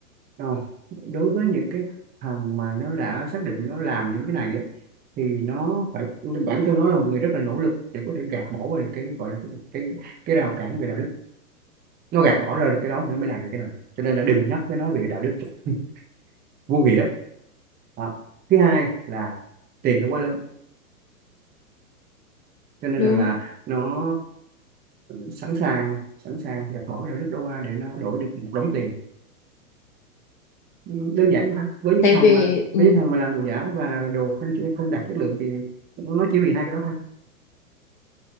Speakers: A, on the right; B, on the left.
A: ờ, đối với những cái thằng mà nó đã xác định nó làm những cái này ấy, thì nó phải bản thân nó là một người rất là nỗ lực để có thể gạt bỏ qua được cái gọi là cái cái cái rào cản về đạo đức nó gạt bỏ ra được cái đó thì nó mới làm được cái này cho nên là đừng nhắc với nó về đạo đức <laughs> vô nghĩa Đó. thứ hai là tiền nó quá lớn cho nên
B: đúng.
A: rằng là nó sẵn sàng sẵn sàng gạt bỏ cái đạo đức đó qua để nó đổi được một đống tiền ừ, đơn giản vậy thôi với những
B: Tại
A: thằng
B: vì
A: mà
B: ừ,
A: với những thằng mà làm đồ giả và đồ không không đạt chất lượng thì nó chỉ vì hai cái đó thôi